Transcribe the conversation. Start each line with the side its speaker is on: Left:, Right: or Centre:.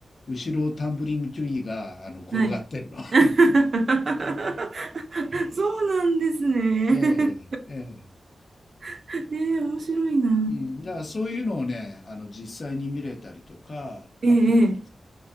Left: 後ろタンブリングトゥリーがあの転がってんの。
Right: はい。
Left: <laughs>
Right: <laughs> そうなんですね。
Left: ええええ
Right: <laughs> ええ面白いな。
Left: うんだからそういうのをね、あの実際に見れたりとか、あと、
Right: ええええ